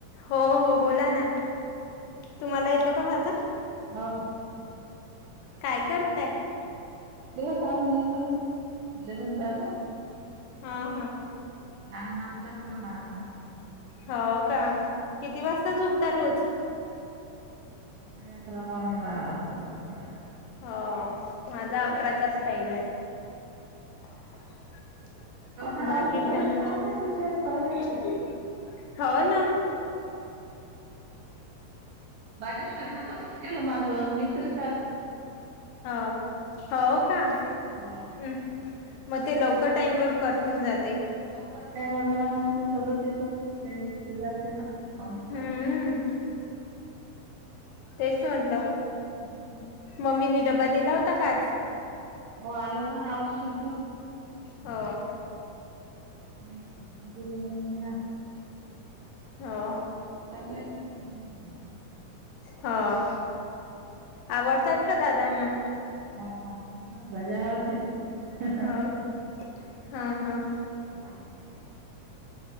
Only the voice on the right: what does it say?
हो, हो.
<unintelligible> मी पण, जेवण झाल?
अंगणात चकरा मारता.
साडे अकरा - पावणे बारा वाजता झोपता दररोज.
काऊन आवाज
नव्हता
येत काय माहित बिचारे पहिल्या वेळेस.
<unintelligible> सरन तसच केल माझ न. मी तर
हो
लवकर टाईमावर झाला ना, मग ते तसंच हे झालत ना <unintelligible>
हम्म.
हो आला होता ना, औषध घेऊन?
<unintelligible> दिली मम्मी न आज.
<unintelligible>
<unintelligible> भाजी आवडती. ह.
<unintelligible> <unintelligible>